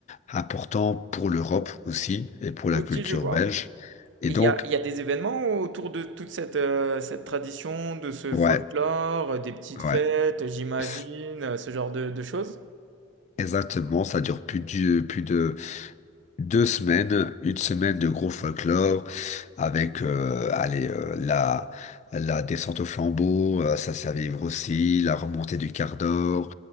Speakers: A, on the left; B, on the right.
A: important pour l'Europe aussi et pour la
B: Ok,
A: culture
B: je vois.
A: belge. Et
B: Et
A: donc,
B: il y a il y a des événements autour de toute cette, heu, cette tradition, de ce
A: ouais,
B: folklore, euh, des petites
A: ouais,
B: fêtes, j'imagine,
A: c-
B: heu, ce genre de de choses?
A: exactement, ça dure plus de, plus de deux semaines, une semaine de gros folklore avec euh, allez, euh, la, la descente au flambeau, euh, ça c'est à vivre aussi, la remontée du quart d'or,